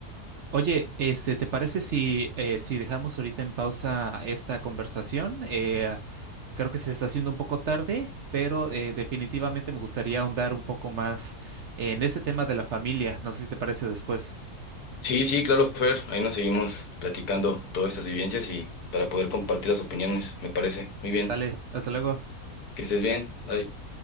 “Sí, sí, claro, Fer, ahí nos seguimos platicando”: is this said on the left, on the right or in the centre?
Left